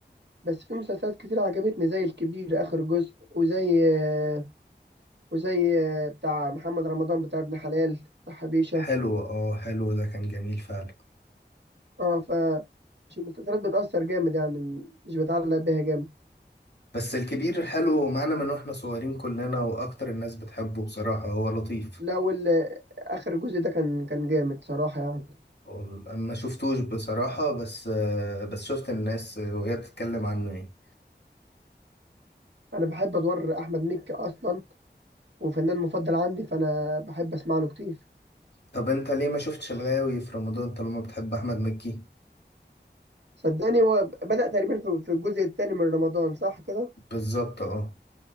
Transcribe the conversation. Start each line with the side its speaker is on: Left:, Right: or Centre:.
Right: بس في مسلسلات كتير عجبتني زي الكبير اخر جزء وزي آه، وزي آه، بتاع محمد رمضان بتاع ابن حلال بتاع حبيشة
Left: حلو اه حلو ده كان جميل فعلا
Right: اه ف مش المسلسلات بتأثر جامد يعني مش بتعلق بيها جامد
Left: بس الكبير حلو معانا من واحنا صغيرين كلنا واكتر الناس بتحبه بصراحة هو لطيف
Right: لو ال- آخر جزء ده كان كان جامد صراحة يعني
Left: هو- انا ما شفتوش بصراحة بس آه، بس شفت الناس آه، وهي بتتكلم عنه يعني
Right: انا بحب ادوار احمد مكي اصلا وفنان مفضل عندي فانا بحب اسمع له كتير
Left: طب انت ليه ما شفتش الغاوي في رمضان طالما بتحب احمد مكي
Right: صدقني هو بدأ تقريبا في في الجزء الثاني من رمضان صح كده
Left: بالظبط اه